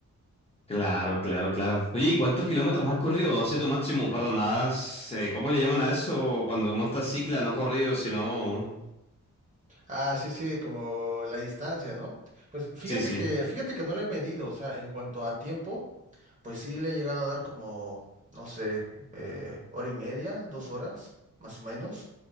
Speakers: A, on the left; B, on the right.
A: Claro, claro, claro. Oye, ¿y cuántos kilómetros has corrido? Hace tu máximo, perdón, has, eh, ¿cómo le llaman a eso? Cuando montas cicla, no corrido, sino...
B: Ah, sí, sí, como la distancia, ¿no? Pues fíjate
A: Sí, sí.
B: que, fíjate que no le he medido, o sea, en cuanto a tiempo, pues sí le he llegado a dar como, no sé, eh, hora y media, dos horas, más o menos,